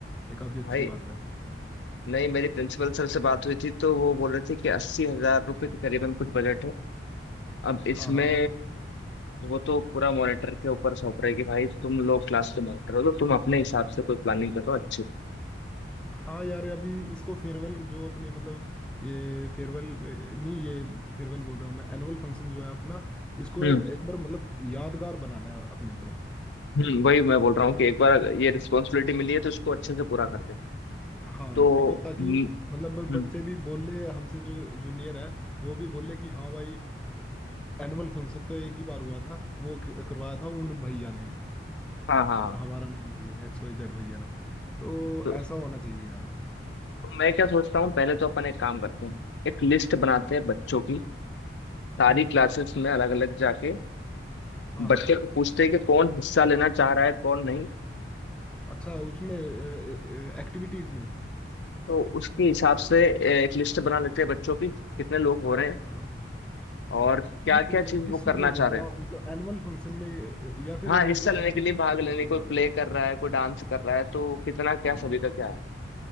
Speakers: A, in the centre; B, on the left.
A: ये काफ़ी अच्छी
B: भाई
A: बात है
B: नहीं मेरी प्रिंसिपल सर से बात हुई थी तो वो बोल रहे थे कि अस्सी हजार रुपये के करीबन कुछ बजट है अब इसमें
A: हाँ हाँ हाँ
B: वो तो पूरा मॉनिटर के ऊपर सौंप रहे कि भाई तुम लोग क्लास के मॉनिटर हो तो तुम अपने हिसाब से कोई प्लानिंग करो अच्छे से
A: हाँ यार अभी इसको फेयरवेल जो अपनी मतलब ये फेयरवेल नहीं ये फेयरवेल बोल रहा हूँ मैं एनुअल फंक्शन जो है अपना इसको
B: हम्म
A: एक बार मतलब यादगार बनाना है अपने को
B: हम्म वही मैं बोल रहा हूँ
A: मैं-
B: कि एक बार ये रिस्पॉन्सिबिलिटी मिली है तो इसको अच्छे से पूरा करते हैं
A: हाँ
B: तो
A: क्योंकि ताकि
B: हम्म
A: मतलब ब-
B: हम्म,
A: बच्चे भी बोले हमसे जो जूनियर है वो भी बोले कि हाँ भाई एनुअल फंक्शन तो एक ही बार हुआ था वो क- करवाया था उन भैया ने
B: हाँ हाँ हाँ।
A: हमारा एक्स वाई जेड भैया ने तो
B: तो
A: ऐसा होना चाहिए यार
B: तो मैं क्या सोचता हूँ पहले तो अपन एक काम करते हैं एक लिस्ट बनाते
A: हाँ
B: हैं बच्चों की सारी
A: हम्म
B: क्लासेस में अलग अलग जाके आ,
A: हाँ हाँ
B: बच्चे को पूछते हैं कि कौन हिस्सा लेना चाह रहा है कौन नहीं
A: अच्छा उसमें एक्टिविटीज में
B: तो उसके हिसाब से ए, एक लिस्ट बना लेते हैं बच्चों की कितने लोग हो रहे हैं
A: हाँ
B: और क्या
A: नहीं
B: क्या
A: क-
B: चीज
A: किस
B: वो
A: चीज
B: करना
A: में
B: चाह
A: बोल
B: रहे
A: रहे हो
B: हैं
A: आप मतलब एनुअल फंक्शन में अ, या फिर
B: हाँ हिस्सा
A: जो
B: लेने
A: एक्टिविटी
B: के लिए
A: परफॉर्म
B: भाग लेने
A: करने
B: कोई
A: वाला
B: प्ले
A: है
B: कर रहा है कोई डांस कर रहा है तो कितना क्या
A: हाँ हाँ
B: सभी का
A: हाँ
B: क्या है